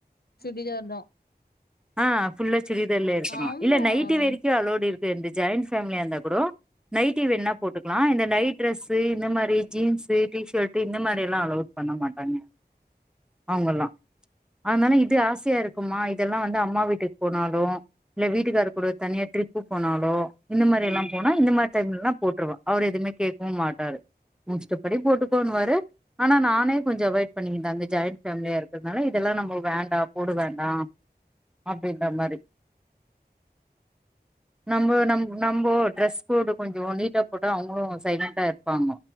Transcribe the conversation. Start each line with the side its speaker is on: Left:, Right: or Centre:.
Left: சுடிதார் தா
Centre: ஆ ஃபுல்லா சுடிதார்லே இருக்கணும்
Left: ஆமா
Centre: இல்ல நைட்டி வெரைக்கும் அலோடு இருக் து இந்த ஜாயிண்ட் ஃபேமிலியா இருந்த கூடம் நைட்டி வேனுனா போட்டுக்கலாம் இந்த நைட் டிரெஸு இந்த மாரி ஜீன்ஸ்ஸு டி ஷட்டு இந்த மாரி எல்லாம் அலௌட் பண்ண மாட்டாங்க அவுங்கல்லாம் அதனால இது ஆசையா இருக்குமா இதெல்லாம் வந்து அம்மா வீட்டுக்கு போனாலும் இல்ல வீட்டுக்காரு கூட தனியா ட்ரிப்பு போனாலோ இந்த மாரி எல்லாம் போனா இந்த மாரி டைம்லலாம் போட்டுருவ அவரு எதுமே கேக்கவும் மாட்டாரு உன் இஷ்ட்டபடி போட்டுக்கோன்னுவாரு ஆனா நானே கொஞ்சம் அவாய்ட் பண்ணிக்கிட்டேன் அந்த ஜாயிண்ட் ஃபேமிலியா இருக் கிறதுனால இதெல்லாம் நம்ம வேண்டாம் போட வேண்டாம் அப்டின்ற மாரி நம்ப நம் நம்போ டிரெஸ் கோடு கொஞ்சம் நீட்டா போட்டா அவுங்களும் சைலண்ட்டா இருப்பாங்க